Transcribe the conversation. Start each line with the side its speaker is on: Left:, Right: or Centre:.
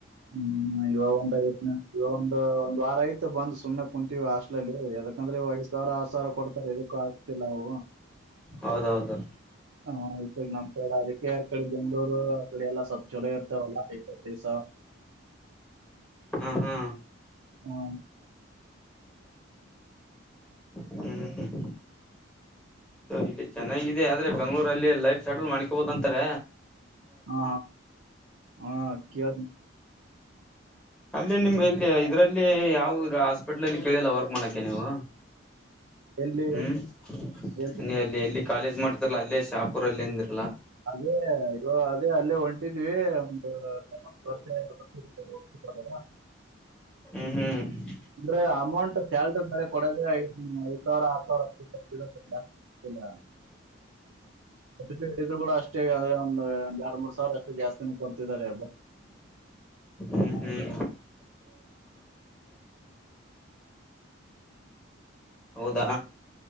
Right: ಹ್ಮ್ ಇವಾಗ ಉಟಾಗ ಒಂದ ಒಂದ್ ವಾರ ಆಯ್ತು ಬಂದ ಸುಮ್ನೆ ಕುಂತೀವಿ ಹಾಸ್ಟ್ಲ ಅಲ್ಲಿ ಯದಕಂದ್ರೆ ವಯಸ್ ರ ಆ ಸಾವರ ಕೊಡ್ತಾರೆ ಚಲವು
Centre: ಹೌದೌದು
Right: ಹ ಇ ನಮ ಕಡೆ ಅದಕ್ಕೆ ಎರ ಕಡೆ ಬೆಂಗಳೂರು ಎಲ್ಲ ಸಪ್ಛೋ ಇರ್ತವಲ್ಲ ಸ
Centre: ಹಾ ಹಾ
Right: ಹ್ಮ
Centre: ಹ್ಮ್ ಹ್ಮ್ ಇಲ್ಲಿ ಚೆನ್ನಾಗಿದೆ ಆದ್ರೆ ಬೆಂಗ್ಗಳೂರಲ್ಲಿ ಲೈ ಸಡಲ್ ಮ್ಕೊಬೋದ ಅಂತಾರ
Right: ಹಾ ಹಾ ಹಾ ಕದು
Centre: ಅಲ್ಲೇ ನಿಮ್ ಎಲ್ಲಿ ಇದರಲ್ಲಿ ಯಾವವು ಹಾಸ್ಪಿಟಲ್ ಅಲ್ಲಿ ಕೇಳಿಲ್ಲ ವರ್ಕ್ ಮಾಡಕ ನೀವು
Right: ಎಲ್ಲಿ
Centre: ಹ್ಮ್
Right: ಎ <unintelligible>
Centre: ನೀ ಅಲ್ಲಿ ಎಲ್ಲಿ ಕಾಲೇಜ್ ಮಾಡ್ತರ್ ಅಲ್ಲೇ ಶಾಪು ಅಲ್ಲಿ ಅಂದ್ರ
Right: ಅದೇ ಅಯ್ಯೋ ಅದೇ ಅಲ್ಲೇ ಹೊಂಟಿದ್ವಿ <unintelligible>
Centre: ಹ್ಮ್ <unintelligible> ಹ್ಮ್
Right: ಅಂದ್ರೆ ಅಮೌಂಟ್ ಸ್ಯಾಲ್ರಿ ಮಳೆ ಕೊಡದ ಐದು ಹೂ ಸಾವಿರ ಆ ಸಾವಿರಷ್ಟರ್ <unintelligible> ಇಲ್ಲ ಸಟ್ ಇ ಕೂಡ ಅಷ್ಟೇ ಒಂದು ಆರ್ ಮೂರು ಸಾವಿರ ಅಷ್ಟೇ ಜಾಸ್ನ ಕೊಡ್ತಿದ್ದಾರೆ
Centre: ಹ್ಮ್ ಹ್ಮ್ ಹೌದಾ